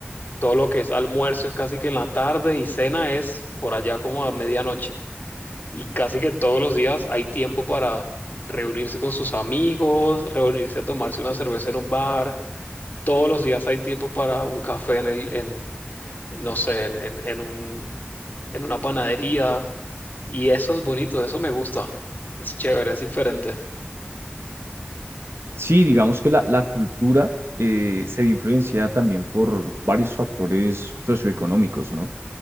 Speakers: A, on the left; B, on the right.
A: Todo lo que es almuerzo es casi que en la tarde y cena es por allá como a medianoche. y casi que todos los días hay tiempo para reunirse con sus amigos, reunirse a tomarse una cerveza en un bar. Todos los días hay tiempo para un café en el, en, no sé, en, en, en un, en una panadería. Y eso es bonito, eso me gusta. Es chévere, es diferente.
B: Sí, digamos que la, la cultura eh, se ve influenciada también por varios factores socioeconómicos, ¿no?